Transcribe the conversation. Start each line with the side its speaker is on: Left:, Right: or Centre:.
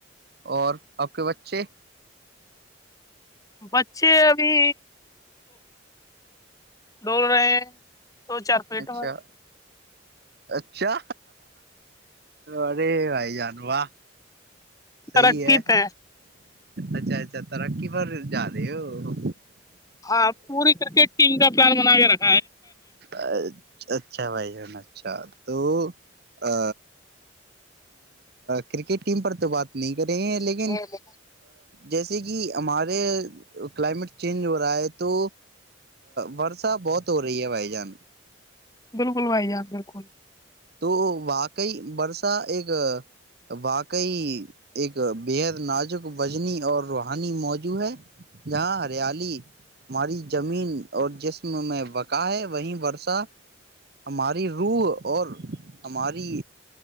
Right: اور آپ کے بچے
Left: بچے ابھی ڈول رہے ہیں دو چار پلیٹوں
Right: اچھا
Left: میں
Right: اچھا ارے بھائی جان وا صحی
Left: ترقی
Right: ہے
Left: پہ
Right: اچھا اچھا تر کی بار ج رہے ہو
Left: ہاں پوری کرکٹ ٹیم کا پلان بنا کے رکھ
Right: ا اچھا بھائی جان اچھا تو ا کرکٹ ٹیم پر تو بات نہیں کریں گ لیکن
Left: ہونا۔
Right: جیسے کہ ہمارے کلائمیٹ چینج ہو رہا ہے تو ورسا بہت ہو رہی ہے بھائی جان
Left: بالکل بھائی جان بالکل
Right: تو واقعی برسہ ایک واقعی ایک بےحد نازک وجنی اور روحانی موجوع ہے جاں ہریالی ہماری زمین اور جسم میں بقا ہے وہیں برسہ ہماری روح اور ہماری